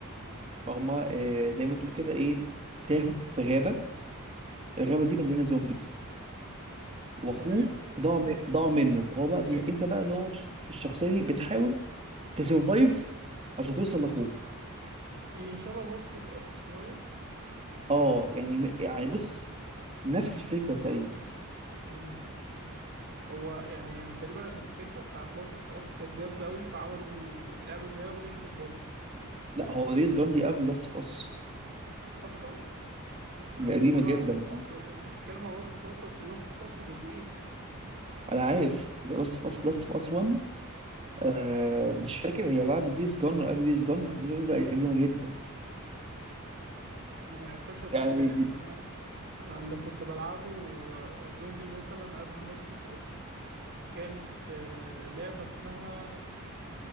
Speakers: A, on the right; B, on the right.
A: فهما
B: مم،
A: آه، زي ما تقول كده ايه تاهوا في غابه الغابه دي مليانه زومبيز واخوه
B: تمام
A: ضاع م- ضاع منه هو بقى
B: إيه،
A: بي... انت بقى اللي هو الش- الشخصيه دي بتحاول تسرفايف عشان توصل لاخوك
B: هي شبه لاست اوف اس شويه
A: اه يعني م- يعني بص نفس الفكره تقريبا
B: امم هو يعني تقريبا عشان الفكره بتاعت لاست اوف اس كانت جامده قوي فعملوا لعبه زيها ونجحت برضه
A: لا هو ديز جون دي قبل لاست اوف اس
B: اصلا انا
A: دي
B: اول
A: قديمه
B: مره
A: جدا
B: اعرف اصل انت بتتكلم عن لاست اوف اس اصل لاست اوف اس جزئين
A: انا عارف لاست اوف اس لاست اوف اس 1 آه
B: امم
A: مش فاكر هي بعد ديز جون ولا قبل ديز جون بس ديز جون دي قديمه جدا
B: انا ما لعبتهاش قبل
A: يعني
B: كده يعني
A: دي
B: انا انا اللي كنت بلعبه آه، زومبي مثلا قبل لاست اوف اس كانت آه، لعبه اسمها